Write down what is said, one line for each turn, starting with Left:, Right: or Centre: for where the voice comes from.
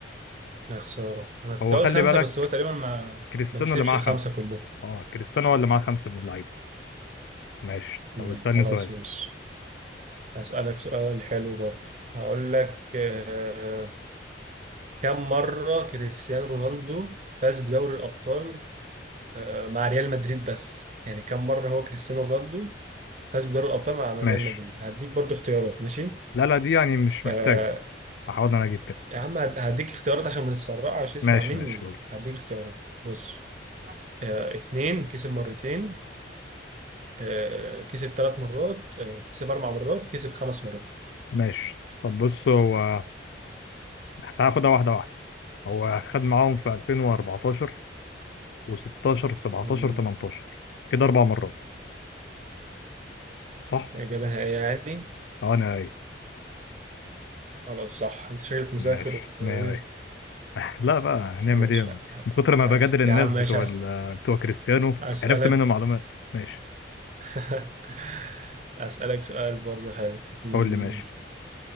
Right: يا خسارة أنا كنت
Left: هو
Right: أقول
Left: خلي
Right: خمسة
Left: بالك
Right: بس هو تقريبا ما
Left: كريستيانو
Right: ما كسبش
Left: اللي معاه
Right: الخمسة
Left: خمسة
Right: كلهم
Left: اه كريستيانو هو اللي معاه خمسة من اللعيبة ماشي
Right: مم،
Left: طب استني
Right: خلاص
Left: سؤال
Right: مش أسألك سؤال حلو برضه هقول لك آه كم مرة كريستيانو رونالدو فاز بدوري الأبطال آه مع ريال مدريد بس يعني كم مرة هو كريستيانو رونالدو فاز بدوري الأبطال مع ريال
Left: ماشي
Right: مدريد هديك برضه اختيارات ماشي
Left: لا لا دي يعني مش محتاجة
Right: آه
Left: هحاول انا اجيب كده
Right: يا عم هد- هديك اختيارات عشان ما تتسرعش اسمع
Left: ماشي
Right: مني
Left: ماشي قول
Right: هديك اختيارات بص آه اتنين كسب مرتين آه، كسب ثلاث مرات آه، كسب اربع مرات كسب خمس مرات
Left: ماشي طب بص هو تعال خدها واحدة واحدة هو خد معاهم في 2014 و16 17
Right: مم.
Left: 18 كده أربع مرات صح؟
Right: اجابه نهائيه يعني
Left: أه أنا أي
Right: خلاص صح انت شكلك مذاكر
Left: ماشي
Right: وايه
Left: مية مية <laughs> لا بقى هنعمل
Right: ماشي
Left: إيه أنا
Right: ه-
Left: من كتر ما
Right: هس...
Left: بجادل الناس
Right: يا عم ماشي
Left: بتوع
Right: هس...
Left: ال- بتوع كريستيانو
Right: هسألك
Left: عرفت منهم معلومات ماشي
Right: <laughs> هسألك سؤال برضه حلو مم.
Left: قول لي ماشي